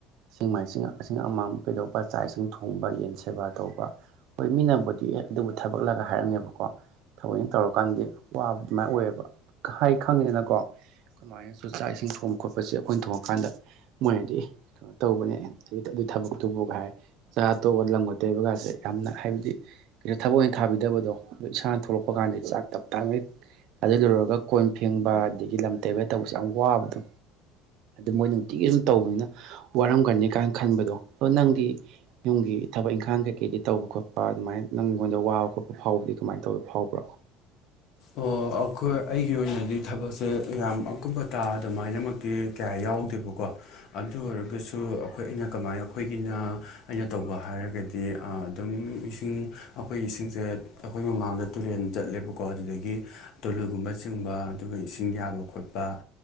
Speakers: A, on the right (about 65°); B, on the left (about 60°).
A: ꯆꯤꯡꯃꯥꯏꯤꯡ ꯑꯁꯤ ꯑꯃꯥꯡꯕ ꯀꯩꯗꯧꯕ ꯆꯥꯛ ꯏꯁꯤꯡ ꯊꯣꯡꯕ ꯌꯦꯟ ꯁꯦꯕꯥ ꯇꯧꯕ ꯍꯣꯏ ꯃꯤꯅꯕꯨꯗꯤ ꯑꯦ ꯑꯗꯨꯕꯨ ꯊꯕꯛꯂꯒ ꯍꯥꯏꯔꯝꯃꯦꯕꯀꯣ ꯊꯑꯣꯛꯅ ꯇꯧꯔꯀꯥꯟꯗꯤ ꯋꯥꯕ ꯑꯗꯨꯃꯥꯏꯅ ꯑꯣꯏꯌꯦꯕ ꯍꯥꯏ ꯈꯪꯉꯤꯗꯅꯀꯣ ꯀꯃꯥꯏꯅꯁꯨ ꯆꯥꯛ ꯏꯁꯤꯡ ꯊꯣꯡꯕ ꯈꯣꯠꯄꯁꯦ ꯑꯩꯈꯣꯏꯅ ꯊꯣꯡꯉꯀꯥꯟꯗ ꯃꯣꯏꯅꯗꯤ ꯀꯩꯅꯣ ꯇꯧꯕꯅꯦ ꯑꯗꯨ ꯑꯗꯨ ꯊꯕꯛꯇꯨꯕꯨꯒ ꯍꯥꯏꯔꯦ ꯆꯥ ꯑ ꯇꯣꯒ ꯂꯝꯪꯒ ꯇꯩꯕ ꯀꯥꯁꯦ ꯌꯥꯝꯅ ꯍꯥꯏꯕꯗꯤ ꯊꯕꯛ ꯑꯣꯏꯅ ꯊꯥꯕꯤꯗꯕꯗꯣ ꯑꯗꯣ ꯏꯁꯥꯅ ꯊꯣꯛꯂꯛꯄ ꯀꯥꯟꯗ ꯆꯥꯛ ꯇꯞ ꯇꯥꯅ ꯑꯗꯨ ꯂꯔꯨꯔꯒ ꯀꯣꯟ ꯐꯦꯡꯕ ꯑꯗꯒꯤ ꯂꯝ ꯇꯩꯕ ꯇꯧꯕꯁꯦ ꯌꯥꯝ ꯋꯥꯕꯗꯣ ꯃꯣꯏ ꯅꯨꯡꯇꯤꯒꯤ ꯁꯨꯝ ꯇꯧꯕꯅꯤꯅ ꯋꯥꯔꯝꯒꯅꯤ ꯀꯥꯏꯅ ꯈꯟꯕꯗꯣ ꯑꯗꯣ ꯅꯪꯗꯤ ꯌꯨꯝꯒꯤ ꯊꯕꯛ ꯏꯪꯈꯥꯡ ꯀꯩꯀꯩꯗꯤ ꯇꯧꯕ ꯈꯣꯠꯄ ꯑꯗꯨꯃꯥꯏꯅ ꯅꯪꯉꯣꯟꯗ ꯋꯥꯕ ꯈꯣꯠꯄ ꯐꯥꯎꯕꯗꯤ ꯀꯃꯥꯏꯅ ꯇꯧꯋ ꯐꯥꯎꯕ꯭ꯔꯣ
B: ꯑꯣ ꯑꯩꯈꯣꯏ ꯑꯩꯒꯤ ꯑꯣꯏꯅꯗꯤ ꯊꯕꯛꯁꯦ ꯌꯥꯝ ꯑꯀꯨꯞꯄ ꯇꯥ ꯑꯗꯨꯃꯥꯏꯅꯃꯛ ꯀꯌꯥ ꯌꯥꯎꯗꯦꯕꯀꯣ ꯑꯗꯨ ꯑꯣꯏꯔꯒꯁꯨ ꯑꯩꯈꯣꯏ ꯑꯩꯅ ꯀꯃꯥꯏꯅ ꯑꯩꯈꯣꯏꯒꯤꯅ ꯑꯩꯅ ꯇꯧꯕ ꯍꯥꯏꯔꯒꯗꯤ ꯑꯗꯨꯝ ꯏꯁꯤꯡ ꯑꯩꯈꯣꯏ ꯏꯁꯤꯡꯁꯦ ꯑꯩꯈꯣꯏ ꯃꯃꯥꯡꯗ ꯇꯨꯔꯦꯟ ꯆꯠꯂꯦꯕꯀꯣ ꯑꯗꯨꯗꯒꯤ ꯑꯒꯤ ꯇꯨꯂꯨꯒꯨꯝꯕ ꯆꯤꯡꯕ ꯑꯗꯨꯒ ꯏꯁꯤꯡ ꯌꯥꯕ ꯈꯣꯠꯄ